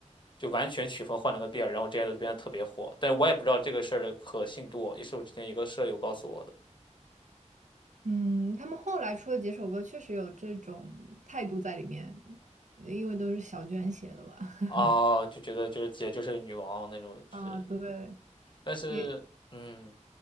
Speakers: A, on the left; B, on the right.
A: 就完全曲风换了个遍然后 J i d o L 就变得特别火。但我也不知道这个事儿的可信度，也是我之前一个舍友告诉我的
B: 嗯，他们后来出的几首歌确实有这种态度在里面，因为都是小娟写的吧？<laughs>
A: 啊，就觉得就是姐就是女王那种，就是
B: 啊，对，
A: 但是嗯，
B: 也